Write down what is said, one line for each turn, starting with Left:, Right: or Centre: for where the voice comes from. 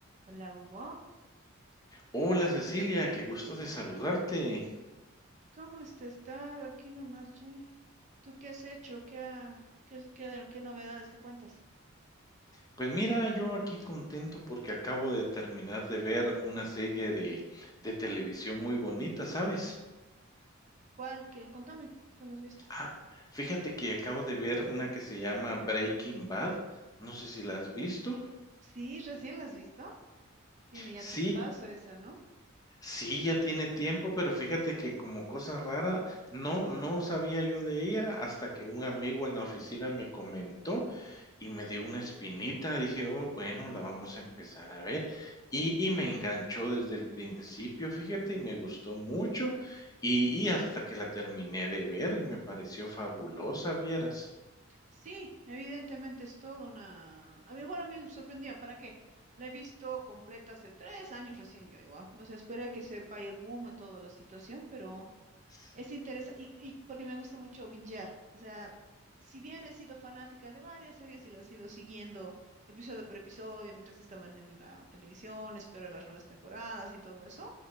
Right: Hola Hugo,
Left: Hola Cecilia, qué gusto de saludarte.
Right: ¿cómo has estado? Aquí nomás, che. ¿Tú qué has hecho? ¿Qué, ha- qué, qué, de- qué novedades? ¿Qué cuentas?
Left: Pues mira, yo aquí contento porque acabo de terminar de ver una serie de, de televisión muy bonita, ¿sabes?
Right: ¿Cuál? ¿Qué? Contame, ¿cuál has visto?
Left: Ah, fíjate que acabo de ver una que se llama Breaking Bad. No sé si la has visto.
Right: Sí, recién la has visto. Tiene ya
Left: Sí,
Right: tiempazo esa, ¿no?
Left: sí, ya tiene tiempo, pero fíjate que como cosa rara, no, no sabía yo de ella hasta que un amigo en la oficina me comentó y me dio una espinita, dije, oh, bueno, la vamos a empezar a ver. Y, y me enganchó desde el principio, fíjate, y me gustó mucho y, y hasta que la terminé de ver y me pareció fabulosa, vieras.
Right: Sí, evidentemente es toda una... A mí igual a mí me sorprendió, ¿para qué? La he visto completa hace tres años recién yo igual. O sea, esperé que se vaya el boom y toda la situación, pero...
Left: Sí.
Right: Es interesante, y, y porque me gusta mucho bingear. O sea, si bien he sido fanática de varias series y las he ido siguiendo episodio por episodio mientras estaban en la televisión, esperar las nuevas temporadas y todo eso,